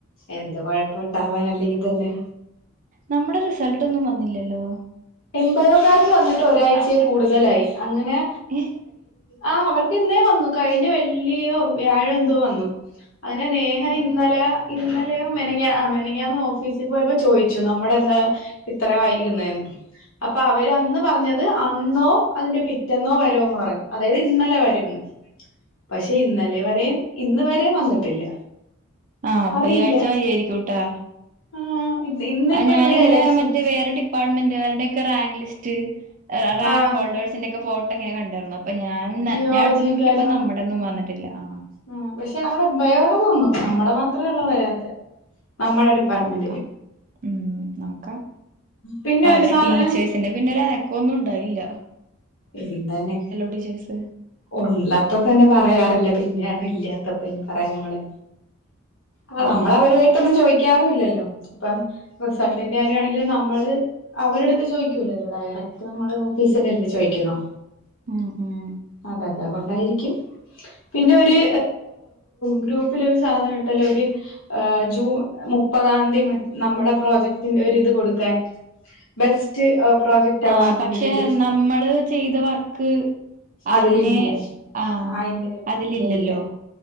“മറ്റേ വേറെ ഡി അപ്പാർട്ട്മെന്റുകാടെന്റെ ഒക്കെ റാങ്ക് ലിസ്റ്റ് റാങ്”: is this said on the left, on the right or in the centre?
Right